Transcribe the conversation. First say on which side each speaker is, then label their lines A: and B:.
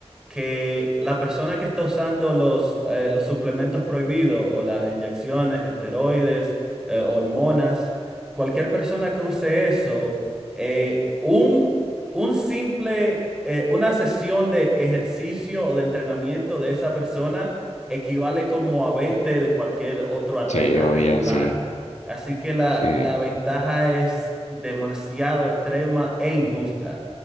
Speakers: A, in the centre; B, on the left.
A: que la persona que está usando los, eh, los suplementos prohibidos o las inyecciones, esteroides, eh, hormonas, cualquier persona que use eso, eh, un, un simple, eh, una sesión de ejercicio o de entrenamiento de esa persona equivale como a 20 de cualquier otro atleta
B: Sí, obvio,
A: regular.
B: sí,
A: Así que la,
B: sí.
A: la ventaja es demasiado extrema e injusta,